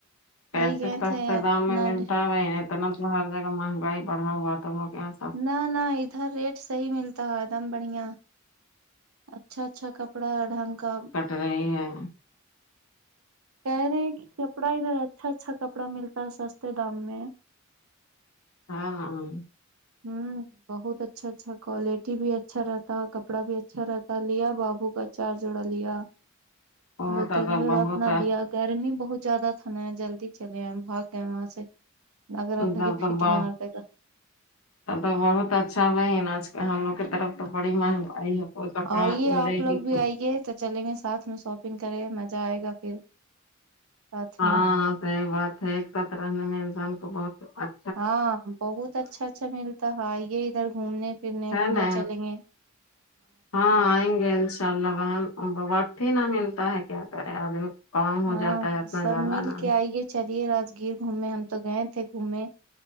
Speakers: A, on the right; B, on the left.
A: وہی
B: پیسے
A: گئے
B: سستے
A: تھے اپنا
B: دام میں ملتا ہو اتنا تو ہر جگہ مہنگائی بڑھا ہوا تھا وہ یہ
A: نہ نہ ادھر ریٹ سہی ملتا ایک دم بڑھیا اچھا اچھا کپڑا ڈنھکا
B: رہے ہیں
A: کہہ رہے ہیں کہ کپڑا ادھر اچھا اچھا کپڑا ملتا ہے سستے دام میں
B: ہاںاں ہاں
A: ہوں بہت اچھا اچھا کوالٹی بھی اچھا رہتا ہے کپڑا بھی اچھا رہتا لیا بابو کا چار جوڑا لیا
B: بہت
A: دو
B: زیادہ
A: تین جوڑا
B: بہت
A: اپنا لیا گرمی بہت زیادہ تھانا ہے جلدی چلے آئے بھاگ گئے وہاں سے لگ رہا
B: ا
A: تھا
B: ددبا
A: کہ فٹ مار
B: <unintelligible>
A: دے گا
B: اب تو بہت اچھا بہن آج کل ہم لوگ کی طرف تو بڑی مہنگائی ہے کوئی کپڑا
A: آئیے آپ
B: لے
A: لوگ
B: گی
A: بھی آئیے تو چلیں گے ساتھ میں شاپنگ کریں مزہ آئے گا پھر ساتھ
B: ہاں
A: میں
B: سہی بات ہے ایک ساتھ رہنے میں انسان کو بہت اچ
A: ہاں بہت اچھا اچھا ملتا ہے یہ ادھر گھومنے پھرنے
B: ہے
A: گھومنے
B: نا
A: چلیں گے
B: ہاں آئیں نگے انشا ان شاء اللہ بہن وقت ہی نہ ملتا ہے کیا کریں آدمی کام ہو
A: ہاں
B: جاتا ہے اتنا
A: سب
B: زیادہ
A: مل
B: نا
A: کے آئیے چلیے راگیر گھومے ہم تو گئے تھے گھومے